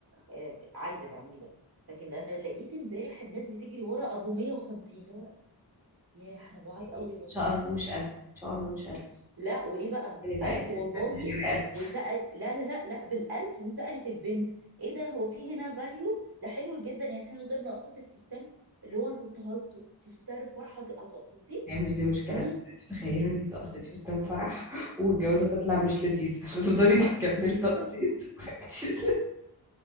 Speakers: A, on the right; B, in the centre.
A: آه، عايزه تعملي ده لكن انا لقيت امبارح الناس بتجري ورا ابو 150 اللي هو يا احنا بعاد
B: 50
A: قوي
B: ايه ان
A: يا لطيف
B: شاء الله مش ألف ان شاء الله مش ألف
A: لا وايه بقى
B: يعني بقى
A: الف
B: اي حاجه
A: والله
B: تانية غير ألف
A: وسأل لا لا لا لا بالالف وسألت البنت ايه ده هو في هنا فاليو ده حلو جدا يعني احنا نقدر نقسط الفستان اللي هو انا كنت هلطه فستان الفرحه هتقسطيه
B: يعني مش دي مشكله
A: ليه
B: انت متخيله انك تقسطي فستان فرح <laughs> والجوازه
A: لا
B: تطلع مش لذيذه <laughs> فتفضلي تكملي
A: دي
B: تقسيط
A: <laughs>
B: <laughs> وانتي مش